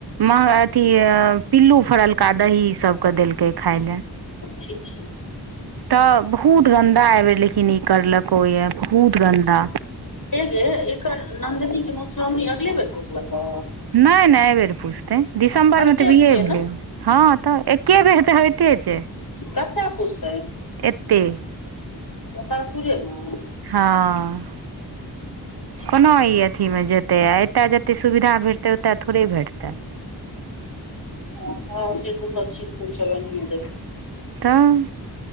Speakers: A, on the right; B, on the left.
A: माह अथी। पिल्लू फरलका दहीई सबके देलकै खाय ले।
B: छी छी।
A: त बहुत गन्दा अयबेर, लेकिनई करलकओ ये बहुत गन्दा।
B: ऐंगे एकर नन्दिनी के मोउश्रावणी अगले बेर पुजलको।
A: नय नय एहिबेर पुजतय, दिसम्बर
B: फर्स्टे
A: में ते विहे
B: छियै
A: भेलय
B: ने
A: ये। हं त एके बेर त होइते छै।
B: कत पुस्तय।
A: ऐतय।
B: सासुरे में।
A: हं
B: अच्छा
A: कोना इ अथि- अथी में जेतय आ अत जते सुविधा भेटतै, ओत थोड़े भेटतै।
B: हं- हं से तू सबछी फूल सब अनिये दे भी।
A: तं।